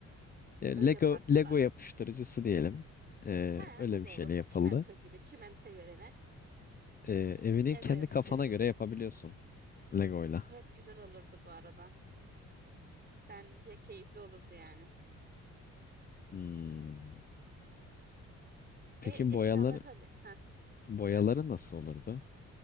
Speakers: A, on the left; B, on the right.
A: E,
B: Öyle
A: Lego
B: parçalar.
A: Lego yapıştırıcısı diyelim. Ee,
B: He,
A: öyle
B: o
A: bir
B: da
A: şeyle
B: olur.
A: yapıldı.
B: Çimento gibi, çimento yerine
A: Ee, evini
B: Lego
A: kendi
B: yapıştırıcısı.
A: kafana göre yapabiliyorsun Lego'yla.
B: Evet güzel olurdu bu arada. Bence keyifli olurdu yani.
A: Hmm. Peki
B: E eşyaları
A: boyaları
B: da li- heh,
A: boyaları
B: boya.
A: nasıl olurdu?